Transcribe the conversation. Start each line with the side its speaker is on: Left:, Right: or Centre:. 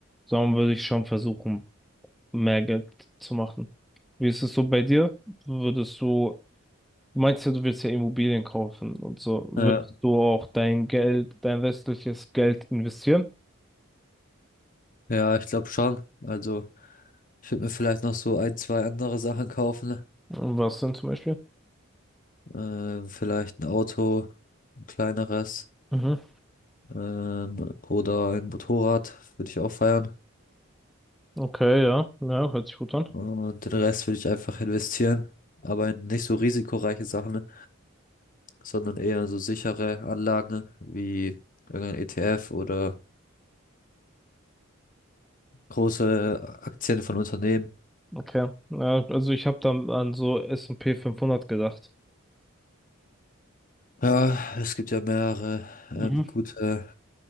Centre: sondern würde ich schon versuchen, mehr Geld zu machen. Wie ist es so bei dir? Würdest du, du meinst ja, du willst ja Immobilien kaufen und so. Würdest
Left: Ja,
Centre: du auch dein Geld, dein restliches Geld investieren?
Left: ja, ich glaube schon. Also, ich würde mir vielleicht noch so ein, zwei andere Sachen kaufen.
Centre: Und Was denn zum Beispiel?
Left: Ähm, vielleicht ein Auto, ein kleineres,
Centre: Mhm.
Left: ähm, oder ein Motorrad würde ich auch feiern.
Centre: Okay, ja, ja, hört sich gut an.
Left: Und den Rest würde ich einfach investieren. Aber in nicht so risikoreiche Sachen, sondern eher in so sichere Anlagen wie irgendein ETF oder große Aktien von Unternehmen.
Centre: Okay. Ja, also ich habe dann an so S&P 500 gedacht.
Left: Ja, es gibt ja mehrere, ähm,
Centre: Mhm.
Left: gute